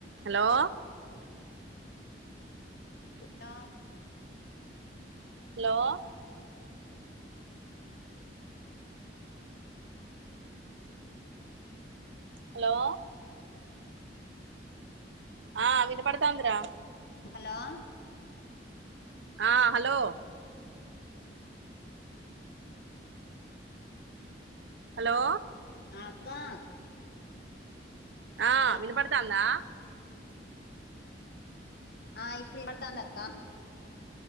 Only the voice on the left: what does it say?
ఆ
హలో
అ అక్కా
హల్
ఆ ఇప్పుడు వినపబడ్తాందక్కా